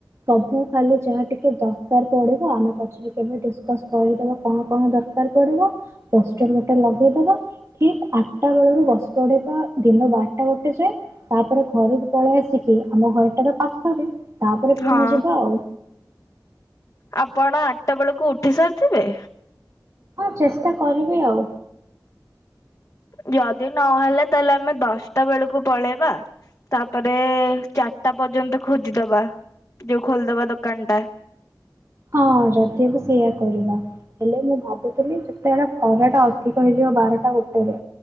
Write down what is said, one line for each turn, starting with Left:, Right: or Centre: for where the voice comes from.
Right: ସବୁ ଖାଲି ଯାହା ଟିକେ ଦରକାର ପଡିବ ଆମେ ପଛରେ କେବେ ଡିସକସ କରିଦବା କଣ କଣ ଦରକାର ପଡିବ ପୋଷ୍ଟର ଗୋଟେ ଲଗେଇଦବା ଠିକ ଆଠଟା ବେଳରୁ ବସି ପଡିବା ଦିନ ବାରଟା ଗୋଟେ ଯାଏ ତାପରେ ଘରକୁ ପଳେଇ ଆସିକି ଆମ ଘରଟା ତ ପାଖରେ ତାପରେ ପୁଣି
Left: ହଁ
Right: ଯିବା ଆଉ।
Left: ଆପଣ ଆଠଟା ବେଳକୁ ଉଠି ସାରିଥିବେ?
Right: ହଁ ଚେଷ୍ଟା କରିବି ଆଉ।
Left: ଯଦି ନହେଲେ ତାହେଲେ ଆମେ ଦଶଟା ବେଳକୁ ପଳେଇବା ତାପରେ ଚାରିଟା ପର୍ଯ୍ୟନ୍ତ ଖୋଜିଦବା ଯୋଉ ଖୋଲିଦବା ଦୋକାନ ଟା।
Right: ହଁ ଯଦି ହବ ସେଇଆ କରିବା ହେଲେ ମୁଁ ଭାବୁଥିଲି ଯେତେବେଳେ ଖରା ଟା ଅଧିକ ହେଇଯିବ ବାରଟା ଗୋଟେରେ